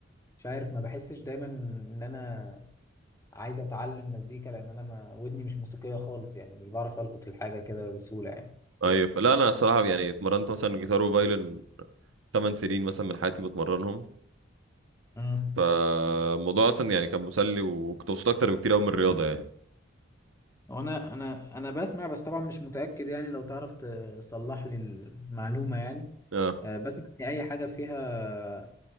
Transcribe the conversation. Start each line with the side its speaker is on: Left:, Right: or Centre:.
Left: مش عارف ما بحسش دايما ان انا عايز اتعلم مزيكا لان انا ما ودني مش موسيقية خالص يعني مش بعرف القط الحاجة كده بسهولة
Right: ايوه فلا انا الصراحه يعني اتمرنت مثلا جيتار وفايلن 8 سنين مثلا من حياتي بتمرنهم
Left: يعني
Right: فالموضوع اصلا يعني كان مسلي وكنت مبسوط اكتر بكتير قوي من الرياضه يعني
Left: هو انا انا انا بسمع بس طبعا مش متاكد يعني لو تعرف تصلح لي المعلومه يعني
Right: اه
Left: آه، بسمع ان اي حاجه فيها